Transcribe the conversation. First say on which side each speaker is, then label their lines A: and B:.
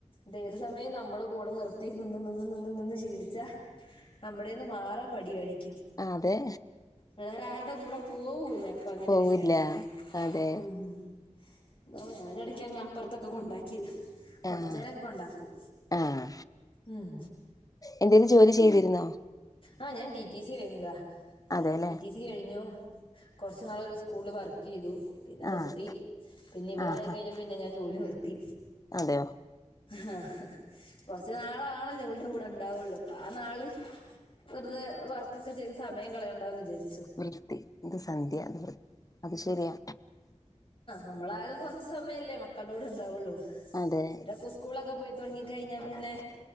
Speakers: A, on the left (about 45°); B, on the left (about 30°).
A: ത് ഏതു സമയം നമ്മള് കൂട നിർത്തി നിന്ന് നിന്ന് നിന്ന് നിന്ന് ശീലിച്ചാ നമ്മുടെന്ന് മാറാൻ മടിയണിക്കും
B: ആ അതെ
A: വേറെ ആരുടെ കൂടെ പോവൂല്ല ഇപ്പൊ അങ്ങനെ
B: പോവില്ല
A: വരാണെങ്കില്
B: അതെ
A: ഹ് ഹ് മ് ന്നാപ ഞാനടക്ക് അങ്ങ് അപ്പോർ ത്തൊക്കെ കൊണ്ടാക്കി കോർചേരംഗ്
B: ആഹ്
A: കൊണ്ടാക്കും
B: ആഹ്
A: ഉം.
B: എന്തേലും ജോലി ചെയ്തിരുന്നോ
A: ആഹ് ഞാൻ ടി ടി സി കഴിഞ്ഞതാ
B: അതെല്ലേ
A: ടി ടി സി കഴിഞ്ഞു കൊർച്ച്‌ നാളോരു സ്കൂൾ ല് വർക്ക യ്തു പിന്നെ നിർത്തി
B: ആഹ്
A: പിന്നെ ഇവളാ
B: ആഹ്
A: യിക്കഴിഞ്ഞപ്പ
B: ആഹ്
A: പിന്നെ ഞാൻ ജോലി നിർത്തി
B: അതെയോ
A: ഹാ ഹാ കൊർച്ച് നാളാണല്ലേ ഓൾ ടെ കൂടെ ഇണ്ടാവുള്ളൂ പ്പാ ആ നാള് വെറുതെ വർക്കൊക്ക ചെയ്ത് സമയം കളയണ്ടന്ന് വിചാരിച്ചു
B: വൃത്തി ഇത് സന്ധ്യ വ്ർ അത് ശരിയാ
A: നമ്മളാക കോർച്ച് സമയല്ലേ മക്കൾടെ കൂടെ ണ്ടാവുള്ളു
B: അതെ
A: നേരക്ക സ്കൂൾ ലോ ക്കെ പോയി തോട് ങ്ങി കഴിഞ്ഞാ പിന്നെ